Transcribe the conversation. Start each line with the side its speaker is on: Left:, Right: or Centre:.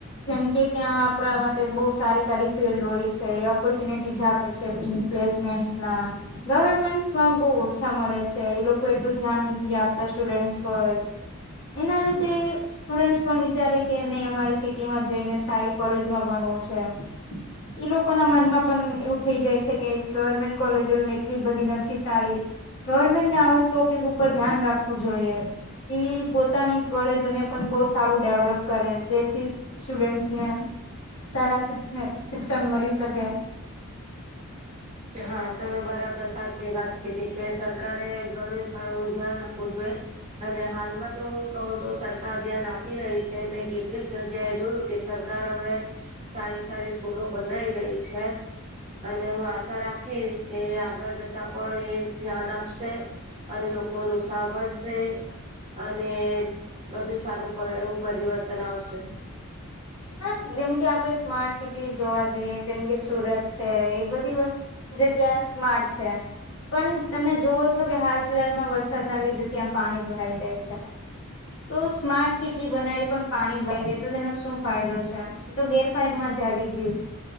Left: કેમકે ત્યાં આપણા માટે બહ સારી સારી ફિલ્ડ હોય છે ઓપોર્ચ્યુનિટીઝ આપે છે પ્લેસમેન્ટસના ગવર્મેન્ટસમાં બહુ ઓછા મળે છે એ લોકો એટલું ધ્યાન નથી આપતા સ્ટુડન્ટસ પર એના લીધે સ્ટુડન્ટ પણ વિચારે કે નહી અમારી સિટીમાં જઈને સાઈ કોલેજમાં ભણવું છે એ લોકો ના મનમાં પણ એવું થઈ જાય છે કે ગવર્મેન્ટ કોલેજને એટલી બધી નથી સારી ગવર્મેન્ટને આવા જ ટોપિક ઉપર ધ્યાન રાખવું જોઈએ ઈ પોતાની કોલેજોને પણ બહ સારું ડેવલપ કરે જેથી સ્ટુડન્ટસને સારા શ શિક્ષણ મળી શકે
Right: હા તમે બરાબર સાચી વાત કીધી કે સરકારે ઘણું સારું ધ્યાન આપવું જોઈએ અને હાલમાં તો હું કહું તો સરકાર ધ્યાન આપી રહી છે મે કેટલીક જગ્યાએ જોયું કે સર સરકાર હવે સારી સારી સ્કૂલો બનાવી રહી છે અને હું રાખીશ કે આગળ જતા પણ એ ધ્યાન આપશે અને લોકો નું સાંભળશે અને બધું સારું પરી એવું પરિવર્તન આવશે.
Left: હા જેમ કે આપડે સ્માર્ટ સિટી જોવા જઈએ જેમ કે સુરત છે એ બધી વસ્તુ એ જગ્યા સ્માર્ટ છે. પણ તમે જોવો છો કે હાલ ફિહાલમાં વરસાદના લીધે ત્યાં પાણી ભરાઈ જાય છે. તો સ્માર્ટ સિટી બનાવી પણ પાણી ભઈ જાય તો તેનો શું ફાયદો છે? એ તો ગેરફાયદ માં જ આવી ગયું